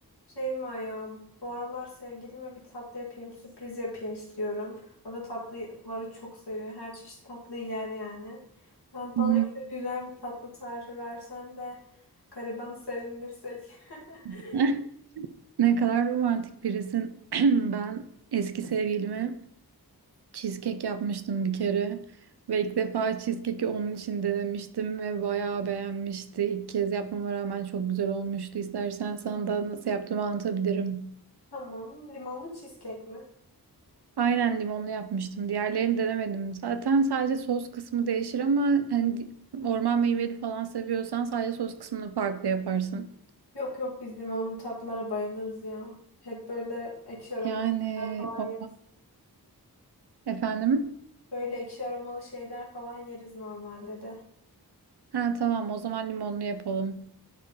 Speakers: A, on the left; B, on the right.
A: Şeyma ya bu aralar sevgilime bir tatlı yapayım sürpriz yapayım istiyorum. O da tatlıları çok seviyor. Her çeşit tatlı yer yani. Ha, Bana
B: Hmm.
A: şöyle güzel bir tatlı tarifi versen de garibanı sevindirsek. <laughs>
B: <laughs> Ne kadar romantik birisin. <clears throat> Ben eski sevgilime cheesecake yapmıştım bir kere. Ve ilk defa cheesecake'i onun için denemiştim ve bayağı beğenmişti. İlk kez yapmama rağmen çok güzel olmuştu. İstersen sana da nasıl yaptığımı anlatabilirim.
A: Tamam limonlu cheesecake mi?
B: Aynen limonlu yapmıştım. Diğerlerini denemedim. Zaten sadece sos kısmı değişir ama hani di- orman meyveli falan seviyorsan sadece sos kısmını farklı yaparsın.
A: Yok yok biz limonlu tatlılara bayılırız ya. Hep böyle ekşi aromalı
B: Yani
A: şeyler falan
B: o-
A: yeriz.
B: efendim?
A: Böyle ekşi aromalı şeyler falan yeriz normalde de.
B: Ha tamam o zaman limonlu yapalım.